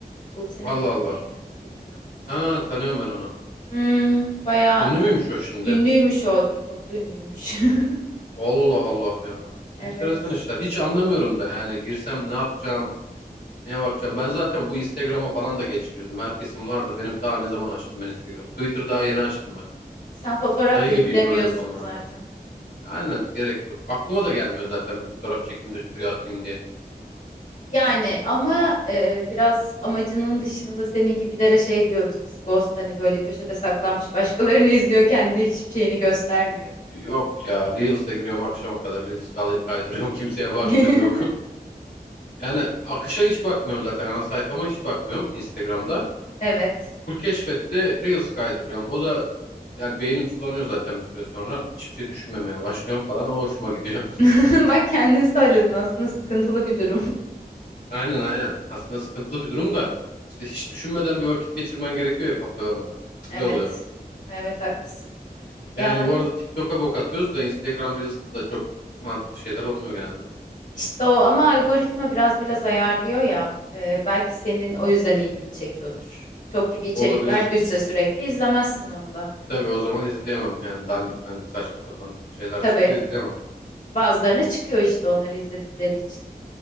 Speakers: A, on the left; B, on the left.
A: Buse
B: Allah
A: miydi
B: Allah.
A: neydi bilmiyorum.
B: Ha tanıyorum ben onu.
A: Hmm, bayağı
B: Ünlü müymüş
A: pa-
B: o şimdi?
A: ünlüymüş o TikTok'ta ünlüymüş. <laughs>
B: Allah Allah ya. Enteresan
A: Evet.
B: işler. Hiç anlamıyorum da yani girsem ne yapacağım, Neye bakacağım? Ben zaten bu Instagram'a falan da geç girdim. Herkesin vardı. Benim ta ne zaman açtım ben Instagram'ı. Twitter daha yeni açtım ben.
A: Sen fotoğraf
B: Dayı
A: da
B: gibiyim
A: yüklemiyorsun
B: böyle konularda.
A: zaten.
B: Aynen gerek yok. Aklıma da gelmiyor zaten bir fotoğraf çekeyim de şuraya atayım diye.
A: Yani ama e, biraz amacının dışında senin gibilere şey diyoruz biz ghost hani böyle köşede saklanmış başkalarını izliyor kendi hiçbir şeyini göstermiyor.
B: Yok ya Reels'e giriyorum akşama kadar Reels kay- kaydırıyorum <laughs> kimseye baktığım
A: <laughs>
B: yok. <laughs> Yani akışa hiç bakmıyorum zaten ana sayfama hiç bakmıyorum Instagram'da.
A: Evet.
B: Full keşfette Reels kaydırıyorum. O da yani beynim sulanıyor zaten bir süre sonra. Hiçbir şey düşünmemeye başlıyorum falan o hoşuma gidiyor.
A: <laughs> Bak kendin söyledin aslında sıkıntılı bir durum.
B: Aynen aynen. Aslında sıkıntılı bir durum da işte hiç düşünmeden bir vakit geçirmen gerekiyor ya kafa yormadan.
A: <laughs>
B: Güzel
A: Evet.
B: oluyor.
A: Evet haklısın. Ya
B: Yani bu arada TikTok'a bok atıyoruz da Instagram Reels'ta da çok mantıklı şeyler olmuyor genelde.
A: İşte o ama algoritma biraz biraz ayarlıyor ya. e, belki senin o yüzden ilgini çekiyordur. TikTok gibi içerikler
B: Olabilir.
A: düşse sürekli izlemezsin onu da.
B: Tabii o zaman izleyemem. Yani dandik dandik saçma sapan şeyler
A: Tabii
B: çıksa izleyemem.
A: bazılarına çıkıyor işte onları izledikleri için.